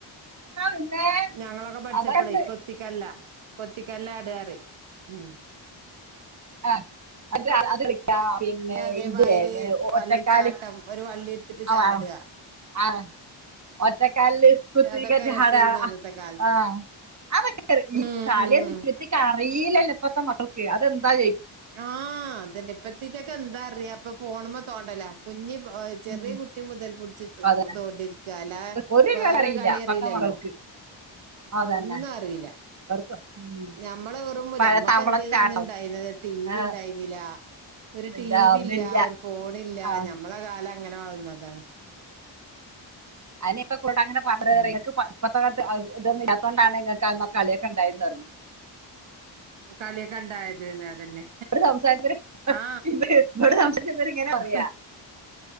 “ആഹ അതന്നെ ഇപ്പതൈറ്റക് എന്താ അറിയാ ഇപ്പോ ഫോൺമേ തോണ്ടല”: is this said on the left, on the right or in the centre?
Right